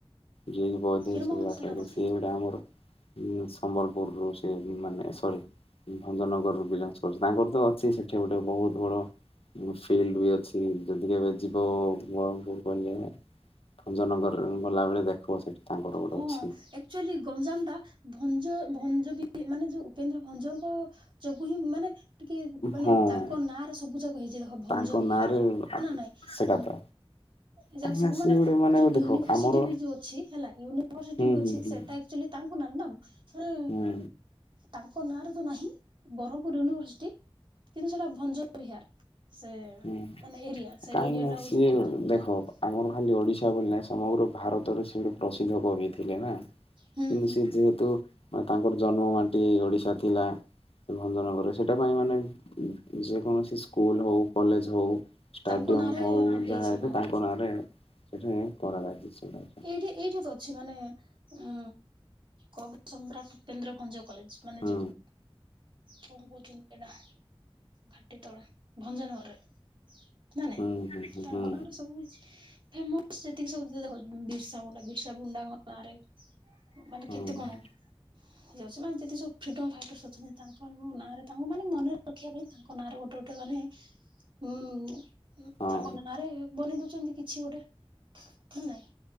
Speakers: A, on the left (about 75°); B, on the right (about 60°).
A: ଯ ବହୁତ
B: ଫକୀରମୋହନ
A: ଦିନ ସୁବିଧ
B: ସେନାପତି
A: ସି
B: ବି
A: ଡମ <unintelligible> ହୁଁ ସମ୍ବଲପୁରରୁୁ ସେ ମାନେ ସରି ଭଞ୍ଜନଗରରୁ ବିଲଙ୍ଗସ୍ କରୁଛି ତାଙ୍କର ତ ଅଛି ସେଇଠି ଗୋଟେ ବହୁତ ବଡ଼ ଫିଲ୍ଡ ବି ଅଛି ଯଦି କେବେ ଯିବ ବ୍ରହ୍ମପୁର କହିଲେ ଭଞଜନଗର ଗଲାବେଳେ ଦେଖିବ ସେଠି ତାଙ୍କର ଗୋଟେ
B: ହଁ
A: ଅଛି
B: ଏକଚୁଆଲି ଗଞ୍ଜାମ ଟା ଭଞ୍ଜ ଭଞ୍ଜ ବି ମାନେ ଯୋଉ ଉପେନ୍ଦ୍ର ଭଞ୍ଜଙ୍କ ଯୋଗୁ ହିଁ ମାନେ ଟିକେ ମାନେ
A: ହଁ
B: ତାଙ୍କ ନାଁ ର ସବୁ ଯାକ ହେଇଛି ଦେଖ ଭଞ୍ଜ
A: ତାଙ୍କ
B: ବିହାର
A: ନାଁରେ
B: ହ ନା ନାଇଁଁ
A: ସେଟା ତ
B: ଏ ଯାକ
A: କାହିଁକି
B: ସବୁ
A: ନା
B: ମାନେ
A: ସିଏ ଗୋଟେ
B: ଯୋଉ
A: ଦେଖ
B: ୟୁନିଭରସିଟି
A: ଆମର
B: ବି ଯୋଉ ଅଛି ହେଲା ୟୁନିଭର୍ସିଟି
A: ହୁଁ
B: ବି ଅଛି
A: ହୁଁ ହୁଁ
B: ସେଟା ଆଚୁଆଲି ତାଙ୍କୁ ନା ନା ମାନେ
A: ହୁଁ
B: ତାଙ୍କ ନାଁରେ ତ ନାହିଁ ବ୍ରହ୍ମପୁର ୟୁନିଭରସିଟି। କିନ୍ତୁ ସେଟା ଭଞ୍ଜ ବିହାର ସେ
A: ହୁଁ
B: ମାନେ ଏରିଆ ସେ
A: କାହିଁକି
B: ଏରିଆ
A: ନା
B: ଟା ହଉଛି
A: ସିଏ
B: ଭଞ୍ଜ ବିହାର।
A: ଦେଖ ଆମର ଖାଲି ଓଡ଼ିଶା ବୋଲି ନାହିଁ ସମଗ୍ର ଭାରତରେ ସେ ଗୋଟେ ପ୍ରସିଦ୍ଧ କବି ଥିଲେ ନା।
B: ହୁଁ
A: କିନ୍ତୁ
B: ହୁଁ
A: ସେ ଯେହେତୁ ତାଙ୍କର ଜନ୍ମ ମାଟି ଓଡିଶା ଥିଲା ସେ ଭଞ୍ଜନଗରରେ ସେଟା ପାଇଁ ମାନେ ଯେକୌଣସି ସ୍କୁଲ ହଉ କଲେଜ ହଉ ଷ୍ଟାଡିୟମ
B: ତାଙ୍କ ନାଁରେ
A: ହଉ
B: ହଁ ହେଇଛି
A: ଯାହା ଏବେ
B: ହଁ
A: ତାଙ୍କ ନାଁରେ ସେଠି କରାଯାଇଛି। ସେଟା
B: ଏଇଠି ଏଇଠି ତ ଅଛି ମାନେ ଉ କବି ସମ୍ରାଟ ଉପେନ୍ଦ୍ର ଭଞ୍ଜ କଲେଜ ମାନେ
A: ହୁଁ
B: ଯୋଉ କଣ କହୁଛନ୍ତି ଏଇଟା ଘାଟି ତଳେ ଭଞ୍ଜନଗରରେ ନା ନାଇଁ
A: ହୁଁ ହୁଁ
B: ତାଙ୍କ
A: ହୁଁ
B: ନାଁ ର ସବୁ କିଛି ଫେମସ ଯେତିକି ସବୁ ଦେଖ ବିର୍ସାମୁୁଣ୍ଡା ବିର୍ସା ମୁଣ୍ଡା ଙ୍କ ନାଁରେ ମାନେ
A: ହୁଁ
B: କେତେ କଣ ଯେତେ ସବୁ ମାନେ ଫିଡମ ଫାଇଟର୍ସ ଅଛନ୍ତି ତାଙ୍କ ନାଁରେ ତାଙ୍କୁ ମାନେ ମନରେ ରଖିବା ପାଇଁ ତା ତାଙ୍କ ନା ରେ ଗୋଟେ ଗୋଟେ ମାନେ ହୁଁ
A: ହଁ
B: ତାଙ୍କ ନାଁରେ ବନେଇ ଦଉଛନ୍ତି କିଛି ଗୋଟେ ନା ନାଇଁ।